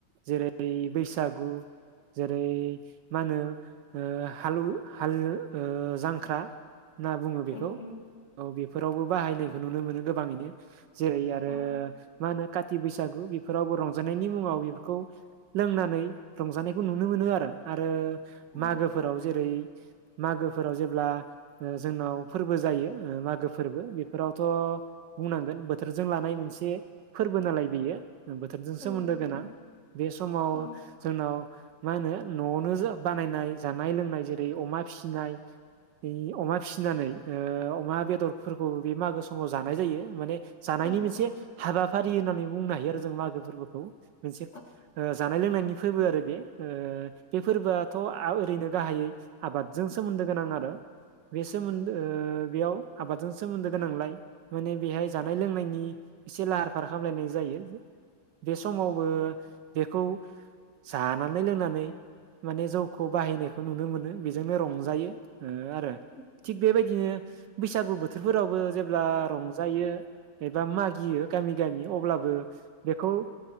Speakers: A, on the right; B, on the left.
A: जेरै बै बैसागु जेरै मा होनो ओ हालु हाल ओ जांख्रा ना बुङो बेखौ
B: उम उम
A: औ बेफोरावबो बाहायनायखौ नुनो मोनो गोबाङैनो। जेरै आरो
B: औ
A: मा होनो? काति बैसागु बेफोरावबो रंजानायनि मुङाव बेफोरखौ लोंनानै रंजानायखौ नुनो मोनो आरो। आरो
B: उम
A: मागोफोराव जेरै मागोफोराव जेब्ला ओ जोंनाव फोरबो जायो ओ मागो फोरबो बेफोरावथ' बुंनांगोन बोथोरजों लानाय मोनसे फोरबो नालाय बेयो बोथोरजों
B: उम
A: सोमोन्दो
B: उम
A: गोनां
B: उम
A: बे समाव
B: औ
A: जोंनाव मा होनो न'आवनो ज बानायनाय जानाय लोंनाय जेरै अमा फिसिनाय अमा फिसिनानै ओ अमा बेदरफोरखौ बे मागो समाव जानाय जायो। माने जानायनि
B: औ
A: मोनसे
B: उम उम औ उम उम
A: हाबाफारि होननानै बुंनो हायो आरो जों मागो फोरबोखौ मोनसे
B: उम
A: ओ जानाय लोंनायनि फोरबो आरो बे ओ बे फोरबोआथ' आ ओरैनो गाहायै आबादजों सोमोन्दो गोनां आरो बे सोमोन ओ बेयाव आबादजों सोमोन्दो गोनांलाय माने बेहाय जानाय लोंनायनि एसे लाहार फाहार खामलायनाय जायो बे समावबो बेखौ जानानै लोंनानै माने जौखौ बाहायनायखौ नुनो मोनो बेजोंनो रंजायो ओ आरो
B: उम
A: थिग बेबायदिनो बैसागु बो थोरफोरावबो जेब्ला रंजायो एबा मागियो गामि गामि अब्लाबो बेखौ ओ